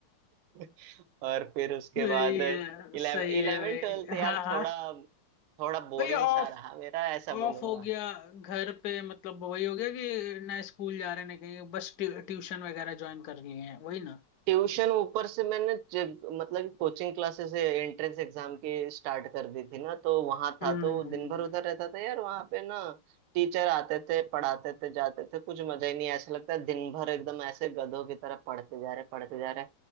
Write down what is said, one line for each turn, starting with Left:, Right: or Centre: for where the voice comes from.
Right: <laughs> और फिर उसके
Left: सही
Right: बाद इलेवन
Left: है सही है
Right: इलेवन
Left: भाई
Right: ट्वेल्थ यार
Left: हाँ हाँ
Right: थोड़ा थोड़ा बोरिंग
Left: भाई ऑफ
Right: सा रहा मेरा ऐसा
Left: ऑफ
Right: बोलूंगा
Left: हो गया घर पे मतलब वही हो गया कि ना स्कूल जा रहे ना कहीं बस ट्यू, ट्यूशन वगैरह ज्वाइन कर लिए हैं वही ना
Right: ट्यूशन ऊपर से मैंने जब- मतलब कोचिंग क्लासेस एंट्रेंस एग्जाम की स्टार्ट कर दी थी ना तो वहां
Left: हम्म
Right: था तो दिन भर उधर रहता था यार वहां पे ना टीचर आते थे पढ़ाते थे जाते थे कुछ मजा ही नहीं ऐसा लगता है दिन भर एकदम ऐसे गधों की तरह पढ़ते जा रहे पढ़ते जा रहे